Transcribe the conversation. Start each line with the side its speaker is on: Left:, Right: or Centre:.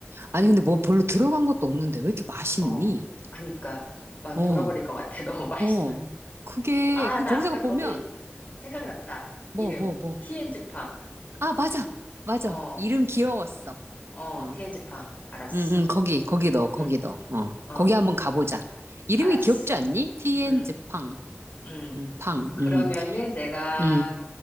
Right: 아니 근데 뭐 별로 들어간 것도 없는데 왜 이렇게 맛있니?
Left: 어, 그니까 막
Right: 어.
Left: 돌아버릴 것 같아. <laughs> 너무 맛있어.
Right: 어, 그게,
Left: 아,
Right: 그럼
Left: 나
Right: 거기서
Left: 아까
Right: 보면,
Left: 거기 생각났다.
Right: 뭐,
Left: 이름.
Right: 뭐, 뭐.
Left: 티엔즈팡.
Right: 아, 맞아, 맞아.
Left: 어,
Right: 이름 귀여웠어.
Left: 어,
Right: 어,
Left: 티엔즈팡. 알았어.
Right: 응, 응, 거기, 거기
Left: 응,
Right: 넣어, 거기
Left: 응,
Right: 넣어. 어,
Left: 어,
Right: 거기 한번 가보자. 이름이
Left: 알았어.
Right: 귀엽지 않니? 티엔즈
Left: 응,
Right: 팡.
Left: 응.
Right: 응, 팡,
Left: 그러면은
Right: 응,
Left: 내가
Right: 응,